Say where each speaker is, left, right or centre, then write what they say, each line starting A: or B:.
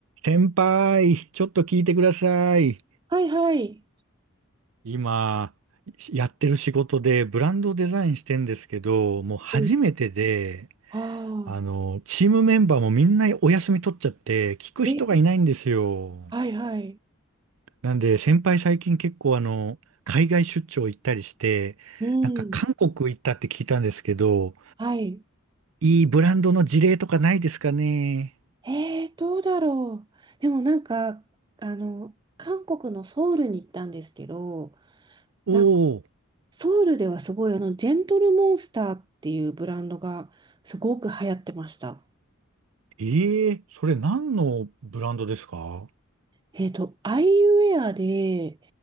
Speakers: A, on the right; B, on the right.
A: 先輩、ちょっと聞いてください。
B: はいはい。
A: 今、やってる仕事でブランドをデザインしてんですけど、もう初めてで、
B: うん。あ
A: あの、チームメンバーもみんなお休み取っちゃって、聞く人がいないんですよ。
B: あ、え、はいはい。
A: なんで、先輩最近結構あの、海外出張行ったりして、
B: うん、
A: なんか韓国行ったって聞いたんですけど、
B: はい。
A: いいブランドの事例とかないですかね。
B: えー、どうだろう。でもなんか、あの、韓国のソウルに行ったんですけど、
A: おお、
B: なんかソウルではすごい、あの、ジェントルモンスターっていうブランドがすごく流行ってました。
A: ええそれ何のブランドですか
B: えっと、アイウェアで、